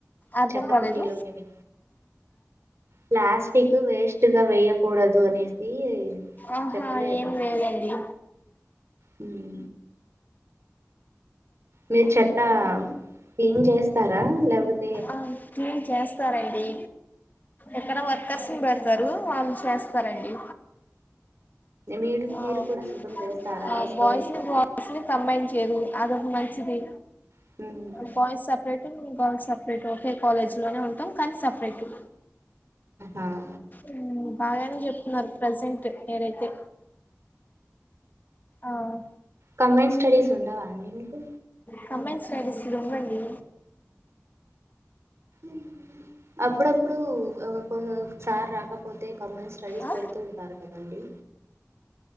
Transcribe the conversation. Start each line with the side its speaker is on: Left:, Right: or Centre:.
Left: అర్థం
Right: చెత్తకుండీలోనేవె
Left: కాలేదు
Right: ప్లాస్టిక్ వేస్ట్గా వెయ్యకూడదు అనేసి
Left: ఆహా
Right: చెప్పలేదా
Left: ఏం లేదండి
Right: హూం మీర్ చెప్పామ్ క్లీన్ చేస్తరా లేపోతే
Left: ఆమ్ క్లీన్చేస్తారండి ఇక్కడ వర్కర్స్ని బెడతరూ వాళ్ళు చేస్తారండి
Right: మీరు మీరు
Left: ఆమ్
Right: కూడా శుభ్రం చేస్తారా
Left: అ
Right: అవసరమైతే
Left: బాయిస్నీ <unintelligible> అస్లు కంబైన్ చేయరు అది మంచిది
Right: ఊమ్
Left: ఆల్ బాయ్స్సప్రేటు మేం గర్ల్స్ సప్రేటూ ఒకే కాలేజ్లోనే ఉంటాం కానీ సప్రేటు
Right: ఆహ
Left: ఊమ్ బాగానే జెప్తున్నారు ప్రజెంట్ మీరైతే ఆ
Right: కంబైన్స్టడీస్ ఉండవాన్డి మీకు
Left: కంబైన్ స్టడీస్ ఉండండి
Right: ఎందుకు అప్పుడప్పుడు ఆ ఒక్ సార్ రాకపోతే కమ్మైన్ స్టడీస్
Left: ఆ
Right: పెడుతూ ఉంటారు కద్ దండి